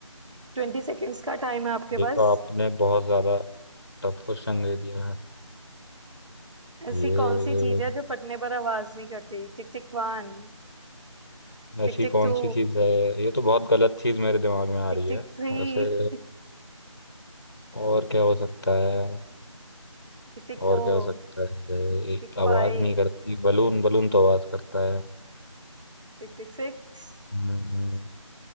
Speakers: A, on the right; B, on the left.
A: ट्वेंटी सेकेंड्स का टाइम है आपके
B: ये तो
A: पास
B: आपने बहुत ज्यादा टफ क्वेश्चन दे दिया है ये
A: ऐसी कौन सी चीज है जो फटने पर आवाज नहीं करती Tick tick one
B: ऐसी
A: Tick tick
B: कौन
A: two
B: सी चीज है ये तो बहुत गलत चीज मेरे दिमाग में आ
A: Tick
B: रही है
A: tick three
B: वैसे
A: Tick
B: और क्या हो सकता है
A: tick
B: और
A: four
B: क्या हो सकता है
A: Tick
B: एक
A: tick
B: आवाज
A: five
B: नहीं करती बलून बलून तो आवाज करता है
A: Tick tick six
B: हम्म,